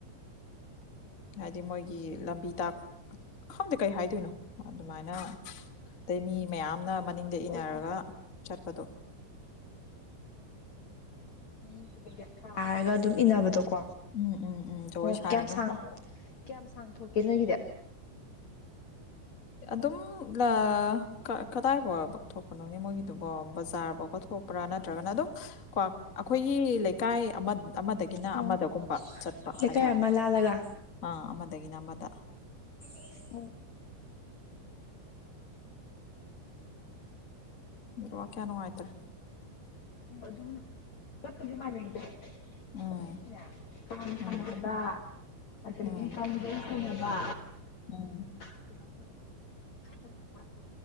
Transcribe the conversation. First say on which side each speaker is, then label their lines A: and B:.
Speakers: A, on the left; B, on the left.
A: ꯍꯥꯏꯗꯤ ꯃꯣꯏꯒꯤ ꯂꯝꯕꯤ ꯇꯥꯛ ꯈꯪꯗꯦ ꯀꯩ ꯍꯥꯏꯗꯨꯏꯅꯣ ꯑꯗꯨꯃꯥꯏꯅ ꯑꯗꯩ ꯃꯤ ꯃꯌꯥꯝꯅ ꯃꯅꯤꯡꯗ
B: ꯊꯣꯛꯑꯒ
A: ꯏꯅꯔꯒ ꯆꯠꯄꯗꯣ
B: ꯎꯝ ꯀꯩꯀꯩꯒ ꯁꯥꯔꯒ ꯑꯗꯨꯝ ꯏꯅꯥꯕꯗꯣ ꯀꯣ
A: ꯎꯝ ꯎꯝ ꯎꯝ ꯖꯒꯣꯏ
B: ꯑꯣ
A: ꯁꯥꯔꯒ
B: ꯀꯌꯥꯝ ꯁꯥꯡ ꯀꯌꯥꯝ ꯁꯥꯡ ꯊꯣꯛꯀꯦ ꯅꯣꯏꯒꯤꯗꯤ
A: ꯑꯗꯨꯝ ꯂꯥ ꯀ ꯀꯗꯥꯏꯕꯥꯎꯕ ꯊꯣꯛꯄꯅꯣꯅꯦ ꯃꯣꯏꯒꯤꯗꯨꯕꯣ ꯕꯖꯥꯔ ꯐꯥꯎꯕ ꯊꯣꯛꯄ꯭ꯔꯥ ꯅꯠꯇ꯭ꯔꯒꯅ ꯑꯗꯨꯝ ꯀꯨꯋꯥ ꯑꯈꯣꯏꯒꯤ ꯂꯩꯀꯥꯏ ꯑꯃ ꯑꯃꯗꯒꯤꯅ
B: ꯎꯝ
A: ꯑꯃꯗꯒꯨꯝꯕ ꯆꯠꯄ
B: ꯂꯩꯀꯥꯏ
A: ꯍꯥꯏꯇꯥꯔꯦ
B: ꯑꯃ ꯂꯥꯜꯂꯒ
A: ꯑꯥ ꯑꯃꯗꯒꯤꯅ ꯑꯃꯗ
B: ꯑꫭ
A: ꯅꯦꯠꯋꯥꯛ ꯀꯌꯥ ꯅꯨꯡꯉꯥꯏꯇ꯭ꯔꯦ
B: ꯑꯗꯨꯝ ꯆꯥꯞꯄꯨꯗꯤ ꯃꯥꯟꯅꯩꯗ ꯑꯈꫭꯏꯒꯤꯅꯅꯦ
A: ꯎꯝ
B: ꯀꯥꯡ
A: ꯎꯝ
B: ꯁꯥꯡꯕ ꯑꯗꯥꯒꯤ
A: ꯎꯝ
B: ꯀꯪ ꯑꯗꯨꯝ ꯁꯦꯟꯅꯕ
A: ꯎꯝ꯫
B: ꯁꯨꯔꯥꯝ <unintelligible> ꯊꫭꯛꯂꯛꯄ꯭ꯔꫭ